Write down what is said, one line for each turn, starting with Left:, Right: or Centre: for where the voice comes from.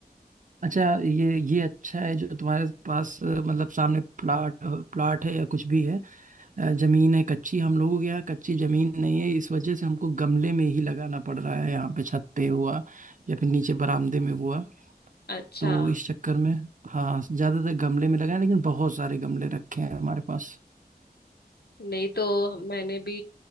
Right: अच्छा ये ये अच्छा है जो तुम्हारे पास अ, मतलब सामने प्लाट अ, प्लाट है या कुछ भी है अ, जमीन है कच्ची हम लोगों के यहाँ कच्ची जमीन नहीं है इस वजह से हमको गमले में ही लगाना पड़ रहा है यहाँ पे छत पे हुआ या फिर नीचे बरामदे में हुआ
Left: अच्छा
Right: तो इस चक्कर में हाँ ज्यादातर गमले में लगाए लेकिन बहुत सारे गमले रखे हैं हमारे पास
Left: नहीं तो हम- मैंने भी